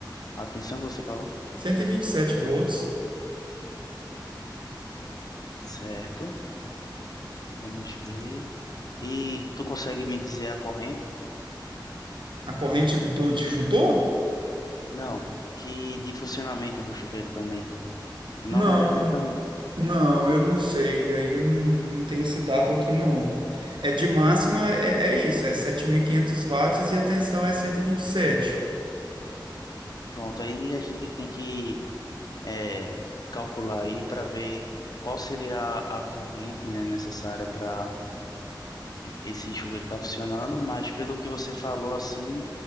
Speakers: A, on the left; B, on the right.
A: a atenção que você falou?
B: cento e e vinte e sete volts.
A: Certo. Vamos ver. E tu consegue me dizer a corrente?
B: A corrente do disjuntor?
A: Não. Que de funcionamento do chuveiro também. Normalmente
B: Não,
A: ele também.
B: não, eu não sei. Aí eu não, não tenho esse dado aqui, não. É de máxima, é, é isso, é 7.500 watts e a tensão é cento e e vinte e sete
A: Pronto, aí a gente tem que é, calcular aí para ver qual seria a, a corrente, né, necessária para esse chuveiro estar funcionando, mas pelo que você falou assim,